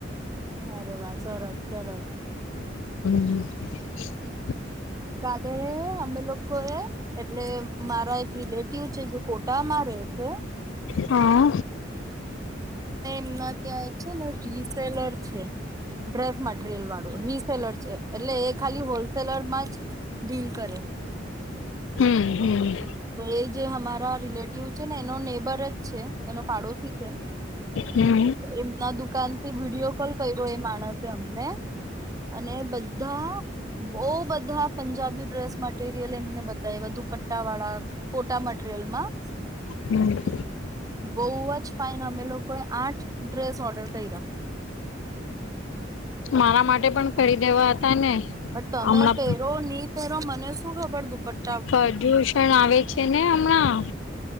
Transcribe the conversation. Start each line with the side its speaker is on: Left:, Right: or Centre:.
Right: અરે વાહ સરસ સરસ.
Left: હમ્મ.
Right: <unintelligible> એ અમે લોકો એ એટલે મારા એ રિલેટિવ છે, જો કોટામાં રહે છે.
Left: હા
Right: ના ત્યાં એક છે, ને રીસેલર છે, ડ્રેસ મટીરિયલ વાળું રીસેલર, છે એટલે એ ખાલી હોલસેલરમાં જ ડીલ કરે.
Left: હમ્મ હમ્મ.
Right: તો એ જે અમારા રિલેટિવ છે, ને એનો નેબર જ છે, એનો પાડોશી છે.
Left: હમ્મ
Right: એમના દુ કાનથી વિડીિયો કોલ કર્યો. એ માણસે અમને અને બધ બહું બધા પંજાબી ડ્રેસ મટીરિયલ એમને, બતાય દુપટ્ટા વાળા... ફોટા મટીરિયલમાં
Left: હમ્મ.
Right: બો જ ફાાઈન. અમે લોકોએ આઠ ડ્રેસ ઓર્ડર કર્યા.
Left: મારા માટે પણ કરી દેવા હતા. ને
Right: પણ તમે
Left: હમણાં
Right: પેરો ની પેરો, મને શું ખબર, દુપટ્ટ
Left: પર્યુષણ આવે છે ને, હમણાં?